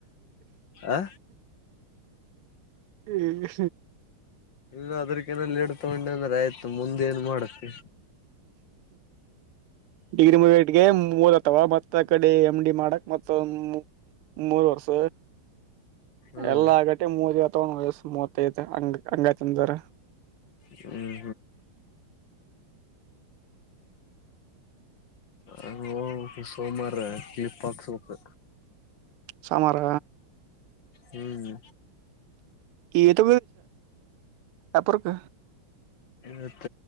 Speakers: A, on the left; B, on the right.
A: ಆ
B: ಹ್ಮ
A: ಇಲ್ಲ ಅದ್ರಕಿನ ಲೇಟ ತೊಗೊಂಡಿ ಅಂದ್ರೆ ಆಯ್ತ ಮುಂದೆ ಏನ್ ಮಾಡತಿ
B: ಡಿಗ್ರಿ ಮುಗಟ್ಗೆ ಮೂ ಅವಾ ಮತ್ತ ಕಡೆ ಎಮ್ ಡಿ ಮಾಡಕ್ ಮತ್ತಂದ ಮೂರ್ ವರ್ಸ
A: ಹ್ಮ್
B: ಎಲ್ಲ ಆಗಟ್ಟೆ ಮೂದ ಅ ತಗೊಂಡ ವಯಸ್ಸ ಮೂವತ ಇದು ಅಂಗ ಅಂಗಚಂದರ
A: ಹ್ಮ್ ಹ್ಮ್ ಸೋಮಾರ ಅಂದ್ರ ಕ್ಲಿಪ್ ಹಾಕಿಸಬೇಕು
B: ಸಮಮರ
A: ಹ್ಮ್್ಮ
B: ಏತ ಎಪರಕ್ಕ
A: ಮತ್ತ